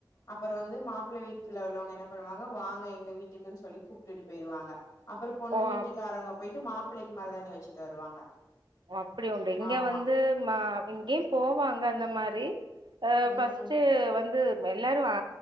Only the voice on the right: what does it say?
ஓ
அப்
ஓ அப்டி உண்டு இங்க
வந்து மா இங்கியு போவாங்க அந்த மாரி ஆ
ஃபஸ்ட்டு வந்து எல்லாரு ஆ